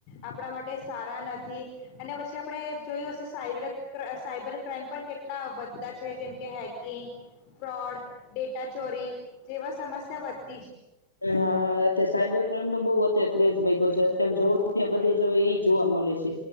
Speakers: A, on the left (about 45°); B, on the left (about 85°).
A: આપણા માટે સારા નથી, અને પછી આપણે જોયું હશે સાયબર્ર સાયબર ક્રાાઈમ પણ કેટલા વધતા છે જેમકે હેકિંગ, ફ્રોડ ડેટા ચોરી જેવા સમસ્યા વધ
B: હા. સાયબર ક્રાઈમ નો બહુ અત્યારે ક્રેઝ બધો છે. જોવ ત્યાં બધે જવ એ જોવા મળે છે,